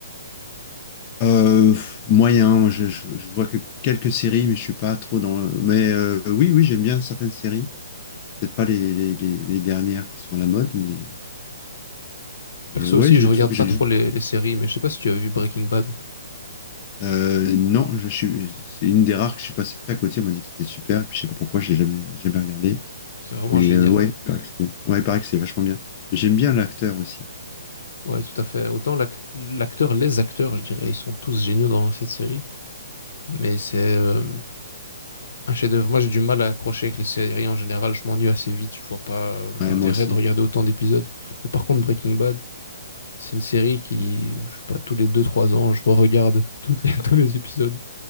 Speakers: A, on the left; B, on the left.
A: Euh, moyen, moi je, je- je vois que quelques séries, mais je suis pas trop dans le... Mais euh, oui, oui, j'aime bien certaines séries. Peut-être pas les, les- les- les dernières qui sont à la mode, mais, mais
B: Perso
A: ouais,
B: aussi,
A: j'ai
B: je regarde
A: des trucs que
B: pas
A: j'aime
B: trop
A: bien.
B: les, les séries, mais je sais pas si tu as vu Breaking Bad.
A: Euh, non, je, suis, c'est une des rares que je suis passé à côté. On m'a dit que c'était super, et puis je sais pas pourquoi, j'ai jamais, jamais regardé.
B: C'est vraiment
A: Mais
B: génial.
A: euh, ouais, il paraît que c'est bien. Ouais, il paraît que c'est vachement bien. Mais j'aime bien l'acteur aussi.
B: Ouais, tout à fait. Autant l'ac- l'acteur, les acteurs, je dirais, ils sont tous géniaux dans cette série. Mais c'est euh, un chef-d'œuvre. Moi, j'ai du mal à accrocher avec les séries en général. Je m'ennuie assez vite. Je vois pas euh, l'intérêt
A: Ouais, moi aussi.
B: de regarder autant d'épisodes. Mais par contre, Breaking Bad, c'est une série qui, je sais pas, tous les deux trois ans, je re-regarde toutes les, <laughs> tous les épisodes.